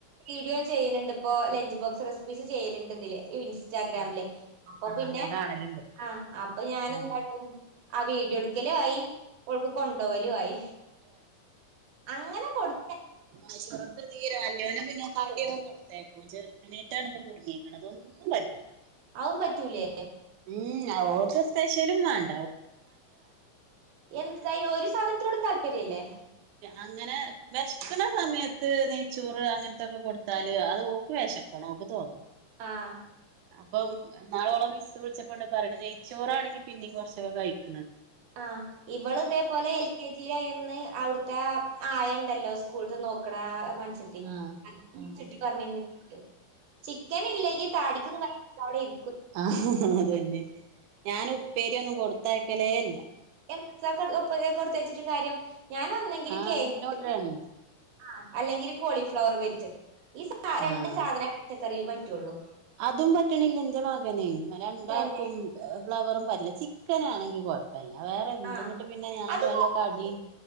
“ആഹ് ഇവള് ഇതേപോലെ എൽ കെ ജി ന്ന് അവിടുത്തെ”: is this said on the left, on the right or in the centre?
Right